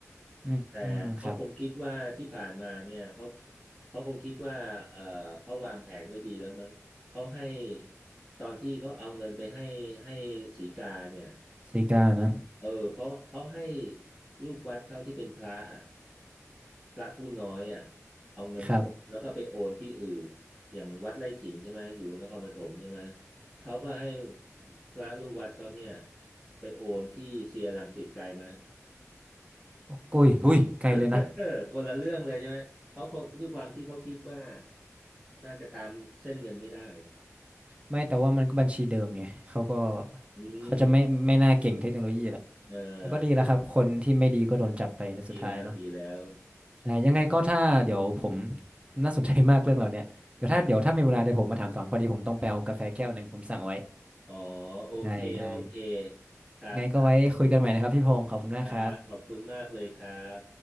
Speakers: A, on the right; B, in the centre.
A: อืมอืมครับ
B: แต่เขาคงคิดว่าที่ผ่านมาเนี่ยเขาเขาคงคิดว่าเออเขาวางแผนไว้ดีแล้วมั้งเขาให้ตอนที่เขาเอาเงินไปให้ให้สีกาเนี่ย
A: ซีกานะ
B: เออเขาเขาให้ลูกวัดเขาที่เป็นพระอะพระผู้น้อยอ่ะเอาเงินสดแล้วก็ไปโอนที่อื่น
A: ครับ
B: อย่างวัดไร่ขิงใช่ไหมอยู่นครปฐมใช่ไหมเขาก็ให้พระลูกวัดเขาเนี่ยไปโอนที่เซียร์รังสิตไกลไหม
A: โอ้ยหุ้ยไกลเลยนะ
B: <laughs> คนละเรื่องเลยใช่ไหมเขาคงด้วยความที่เขาคิดว่าน่าจะตามเส้นเงินไม่ได้
A: ไม่แต่ว่ามันก็บัญชีเดิมไงเขาก็
B: อืม
A: เขาจะไม่ไม่น่าเก่งเทคโนโลยีแหละ
B: เอ
A: แต่ก็ดีแล้วครับคนที่ไม่ดีก็โดนจับไปแล้วสุดท้ายเนาะ
B: อดีแล้วดีแล้ว
A: ใช่ยังไงก็ถ้าเดี๋ยวผมน่าสนใจมากเรื่องเหล่าเนี้ยเดี๋ยวถ้าเดี๋ยวถ้ามีเวลาเดี๋ยวผมมาถามต่อพอดีผมต้องไปเอากาแฟแก้วหนึ่งผมสั่งไว้
B: ครับ อ๋อโอเคโอเค
A: ได้ได้
B: ครับครับ
A: ไงก็ไว้คุยกันใหม่นะครับพี่พงศ์ขอบคุณมากครับ
B: ครับขอบคุณมากเลยครับ